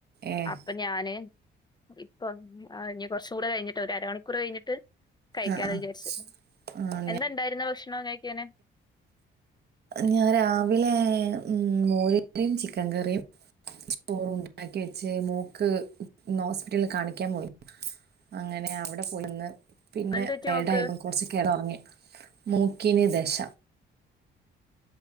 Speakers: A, on the right; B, on the left.
A: ഏഹ്
B: അപ്പൊ ഞാന്. ഇപ്പം ആ ഇനി കുറച്ചൂടെ കഴിഞ്ഞിട്ട് ഒരു അരണിക്കൂർ കഴിഞ്ഞിട്ട്. കഴിക്കാന്ന്
A: ആഹ് ആഹ്
B: വിചാരിച്ച്
A: ആഹ്
B: എന്താണ്ടായിരുന്ന
A: ഞാ
B: ഭക്ഷണം കഴിക്കാന്.
A: ഞാൻ രാവിലെ ഉം മോര--റിയും ചിക്കൻ കറിയും. ചോറുണ്ടാക്കി വെച്ച് മോക്ക് ഇന്ന് ഹോസ്പിറ്റലിൽ കാണിക്കാൻ പോയി. അങ്ങനെ അവിടെ പോയിന്ന്. പിന്നെ
B: എന്ത് പറ്റി
A: ട്ടയേർഡ്
B: നോക്ക്
A: പ്പൊ കുറച്ച് കെ ഒറങ്ങി മൂക്കിന് ദശ.